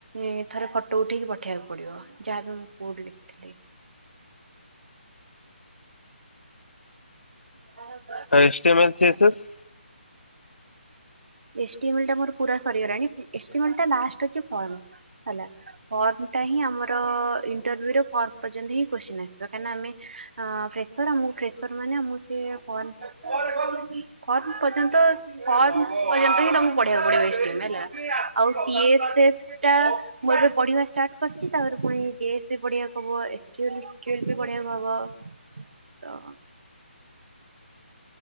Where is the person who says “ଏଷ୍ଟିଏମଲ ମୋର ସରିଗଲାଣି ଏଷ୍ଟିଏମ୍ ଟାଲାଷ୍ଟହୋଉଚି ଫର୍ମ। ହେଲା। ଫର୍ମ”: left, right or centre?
Right